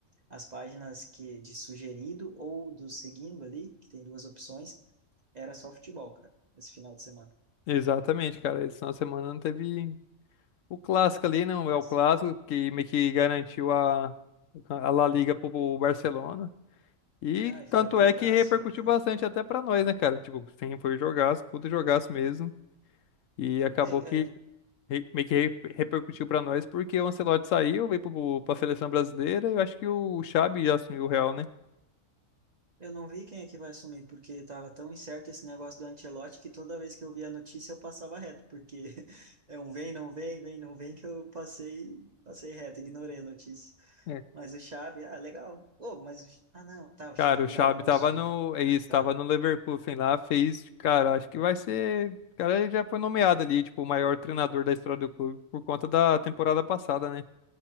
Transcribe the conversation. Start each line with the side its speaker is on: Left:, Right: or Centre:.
Right: as páginas que de sugerido ou do seguindo ali, que tem duas opções, era só futebol, cara, esse final de semana.
Left: Exatamente, cara. Esse final de semana não teve o clássico ali, não.
Right: Mas,
Left: É o clássico que meio que garantiu a, a La
Right: é.
Left: Liga pro Barcelona. E
Right: Não, e foi
Left: tanto
Right: um jogaço,
Left: é que repercutiu
Right: né, cara?
Left: bastante até pra nós, né, cara? Tipo, sim, foi um jogaço,
Right: Ah,
Left: puta jogaço mesmo. E acabou
Right: é,
Left: que
Right: é,
Left: re- meio que re- repercutiu pra nós, porque o Ancelotti saiu, veio pro, pra seleção brasileira, e eu acho que o Xabi assumiu o Real, né?
Right: eu não vi quem é que vai assumir, porque tava tão incerto esse negócio do Ancelotti que toda vez que eu via a notícia eu passava reto, porque <laughs> é um vem, não vem, vem, não vem, que eu passei, passei reto, ignorei a notícia.
Left: É.
Right: Mas o Xabi, ah, legal. Oh, mas o, ah, não, tá, o Xabi
Left: Cara, o Xabi
Right: Alonso,
Left: tava no,
Right: né? Ah,
Left: é isso,
Right: tá.
Left: tava no Leverkusen lá, fez, cara, acho que vai ser, o cara já foi nomeado ali, tipo, o maior treinador da história do clube por conta da temporada passada, né?